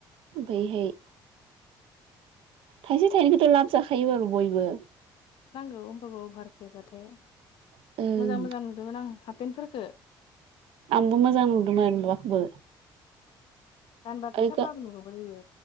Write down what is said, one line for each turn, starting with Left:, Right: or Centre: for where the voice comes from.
Right: ओमफ्रायहाय थाइसे थाइनैखौथ' लाब जाखायो आरो बयबो
Left: औ होनोमबाबो अभारखौबाथाय
Right: ओं
Left: मोजां मोजां नुदोंमोन आं हाफेनटफोरखो
Right: बो मोजां नुदोंमोन माबाखौबो
Left: गानबाथाय
Right: ओइ
Left: साफाबो नुगोन यैओ